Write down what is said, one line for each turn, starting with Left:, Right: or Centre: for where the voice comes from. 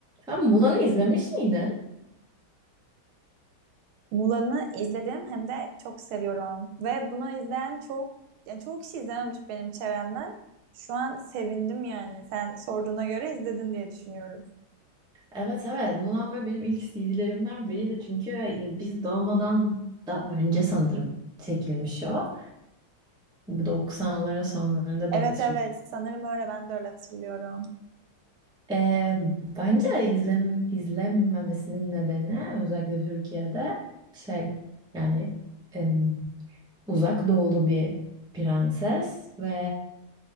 Centre: Sen Mulan'ı izlemiş miydin?
Right: Mulan'ı izledim hem de çok seviyorum. Ve bunu izleyen çok, yani çoğu kişi izlememiş benim çevremden. Şu an sevindim yani. Sen sorduğuna göre izledin diye düşünüyorum.
Centre: Evet evet Mulan böyle benim ilk CD'lerimden biriydi çünkü e, biz doğmadan da önce sanırım çekilmiş o. 90'lara sonlarında diye
Right: Evet
Centre: hatırlıyorum.
Right: evet sanırım öyle ben de öyle hatırlıyorum.
Centre: Ee, bence izlem izlenmemesinin nedeni özellikle Türkiye'de şey yani em, uzak doğulu bir prenses ve